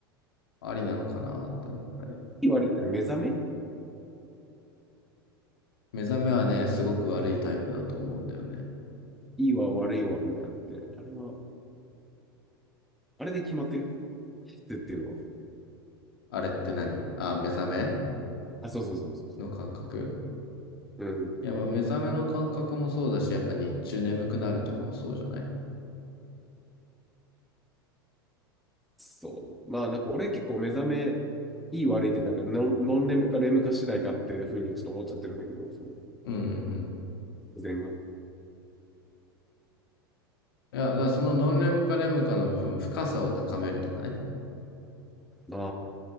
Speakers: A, on the left (about 70°); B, in the centre.
A: ありなのかなって思ったり。
B: いい悪いって目覚め
A: 目覚めはね、すごく悪いタイプだと思うんだよね。
B: いいわ悪いわみたいなのって、あれは、あれで決まってる質っていうのは。
A: あれって何あ、目覚め
B: あ、そうそうそうそう
A: の感覚
B: そう。うん。
A: いや、まあ目覚めの感覚もそうだし、やっぱ日中眠くなるとかもそうじゃない
B: そう。まあなんか俺結構目覚めいい悪いってなんかノン、ノンレムかレムか次第かっていうふうにはちょっと思っちゃってるんだけど、そう。
A: うんうんうん。
B: 自然が。
A: いや、だからそのノンレムかレムかの部分、深さを高めるとかね、
B: ああ、